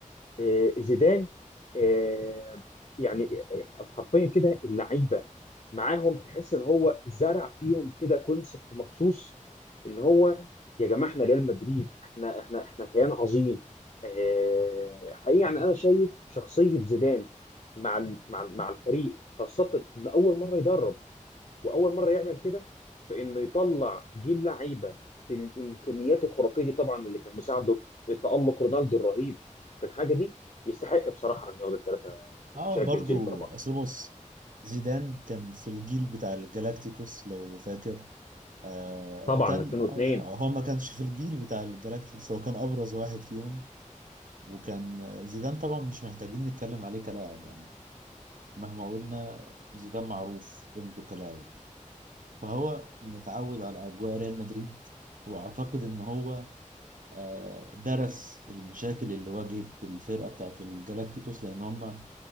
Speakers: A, on the left; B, on the right.
A: آه، زيدان آه، يعني حرفيا كده اللعيبه معاهم تحس ان هو زرع فيهم كده كونسبت مخصوص اللي هو يا جماعه احنا ريال مدريد احنا احنا احنا كيان عظيم آه، حقيقي يعني انا شايف شخصيه زيدان مع ال- مع ال- مع الفريق خاصه ان اول مره يدرب واول مره يعمل كده فانه يطلع جيل لعيبه بالامكانيات الخرافيه دي طبعا واللي كان مساعده تالق رونالدو الرهيب في الحاجه دي يستحق بصراحه ان ياخد الثلاثه
B: اه
A: تشامبيونز
B: برضو
A: ليج ورا بعض
B: اصل بص زيدان كان في الجيل بتاع الجالاكتيكوس لو فاكر آه
A: طبعا
B: كان
A: 2002
B: يعني هو ما كانش في الجيل بتاع الجالاكتيكوس هو كان أبرز واحد فيهم وكان آه، زيدان طبعا مش محتاجين نتكلم عليه كلاعب يعني مهما قلنا زيدان معروف قيمته كلاعب فهو متعود على أجواء ريال مدريد وأعتقد إن هو آه، درس المشاكل اللي واجهت الفرقة بتاعت الجالاكتيكوس لأن هم